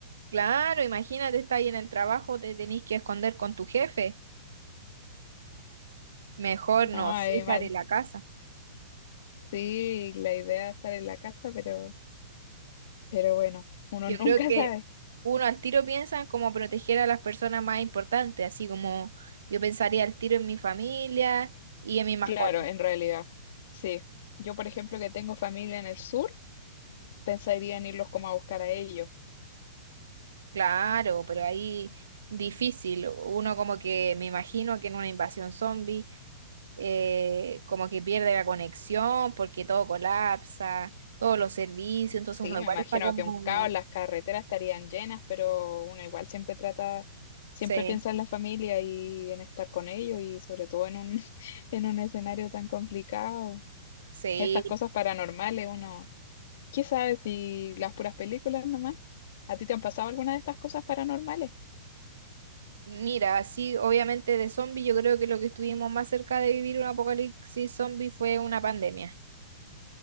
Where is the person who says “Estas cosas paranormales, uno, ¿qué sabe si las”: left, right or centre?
Left